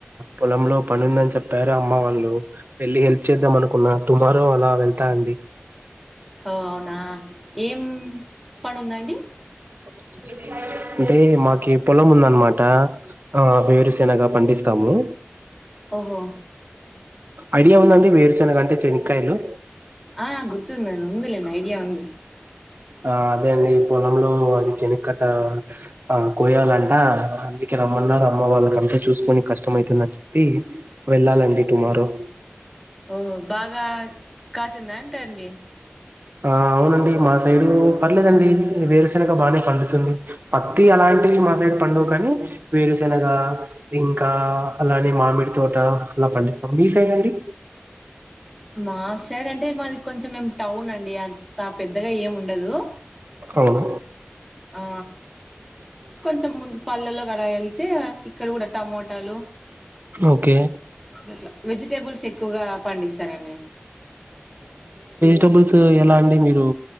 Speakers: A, on the right; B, in the centre.
A: పొలంలో పని ఉందని చెప్పారు అమ్మ వాళ్ళు వెళ్ళి హెల్ప్ చేద్దాం అనుకున్న టుమారో అలా వెళ్తా అండి
B: హో అవునా ఏం పని ఉందండి
A: అ అంటే మాకి పొలం ఉందన్నమాట ఆ వేరుశెనగా పండిస్తాము
B: ఓహో
A: ఐడియా ఉందండి వేరుచనగా అంటే చెనకాయలు
B: ఆ గుర్తుందన్ ఉంది లెండి ఐడియా ఉంది
A: ఆ అదే అండి పొలంలో అది చెనక్కట్ట ఆ కోయాలంట అందుకే రమ్మన్నారు అమ్మ వాళ్ళ అంతా చూసుకోని కష్టం అవుతుందని చెప్పి వెళ్ళాలండి టుమారో
B: ఓ బాగా కాసిందా అంట అండి
A: ఆ అవునండి మా సైడు పర్లేదండి వేరుశనగ బాగానే పండుతుంది పత్తి అలాంటి మాసైడ్ పండువు కానీ వేరుశెనగ ఇంకా అలాని మామిడి తోట అలా పం స్తం మీసైడండి
B: మా సైడ్ అంటే మాది కొంచం మీమ్ టౌన్ అండి అంత పెద్దగా ఏమి ఉండదు
A: అవును
B: ఆ కొంచెం ము పల్లల్లో కల వెళ్తే ఇక్కడ కూడా టమోటలు
A: ఓకే
B: అట్లా వెజిటేబుల్స్ ఎక్కువగా పండిస్తారండి
A: టబుల్స్ ఎలా అండి మీరు